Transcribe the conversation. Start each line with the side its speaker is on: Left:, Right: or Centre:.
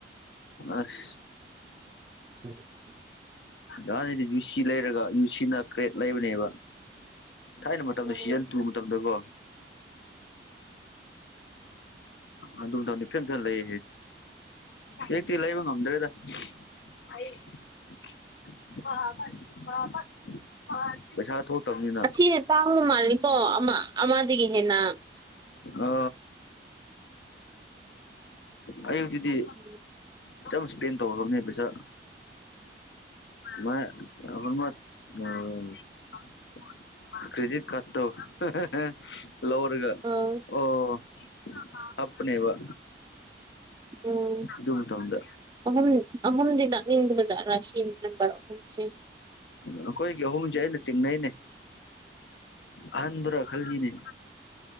Left: ꯑꯁ
Right: <unintelligible>
Left: ꯑꯣꯍꯥꯟꯅꯤꯗꯤ ꯌꯨꯁꯤ ꯂꯩꯔꯒ ꯌꯨꯁꯤꯅ ꯀ꯭ꯔꯦꯠ ꯂꯩꯕꯅꯦꯕ ꯊꯥꯏꯅ ꯃꯇꯝꯗ
Right: ꯎꯝ
Left: ꯁꯤꯖꯟ ꯇꯨ ꯃꯇꯝꯗꯀꯣ ꯑꯗꯨꯝ ꯇꯧꯅꯤ ꯐꯤꯂꯝ ꯐꯅ ꯂꯩ ꯍꯦꯛꯇꯤ ꯂꯩꯕ ꯉꯝꯗ꯭ꯔꯦꯗ ꯑꯩ <unintelligible> ꯄꯩꯁꯥ ꯊꯣꯛꯇꯕꯅꯤꯅ
Right: ꯑꯁꯤꯅ ꯇꯥꯡꯕ ꯃꯥꯜꯂꯤꯀꯣ ꯑꯃ ꯑꯃꯗꯒꯤ ꯍꯦꯟꯅ
Left: ꯑ ꯑꯌꯨꯛꯗꯗꯤ
Right: <unintelligible>
Left: ꯆꯝ ꯏꯁ꯭ꯄꯦꯟ ꯇꯧꯈꯔꯕꯅꯦ ꯄꯩꯁꯥ ꯃꯥꯏ <unintelligible> <unintelligible> ꯀ꯭ꯔꯦꯗꯤꯠ ꯀꯥꯔꯠ ꯇꯣ <unintelligible> ꯂꯧꯔꯒ
Right: ꯑꯧ
Left: ꯑꯣ ꯍꯥꯞꯄꯅꯦꯕ
Right: ꯎꯝ
Left: ꯑꯗꯨ ꯃꯇꯝꯗ
Right: ꯑꯍꯨꯝ ꯑꯍꯨꯝꯗꯤ ꯂꯥꯛꯅꯤꯡꯗꯕ ꯖꯥꯠꯔ ꯁꯤ ꯅꯝꯕꯔ ꯑꯍꯨꯝ ꯁꯦ
Left: ꯑꯩꯈꯣꯏꯒꯤ ꯑꯍꯨꯝꯁꯦ ꯑꯩꯅ ꯆꯤꯡꯅꯩꯅꯦ ꯑꯍꯟꯗꯨꯔꯥ ꯈꯜꯂꯤꯅꯦ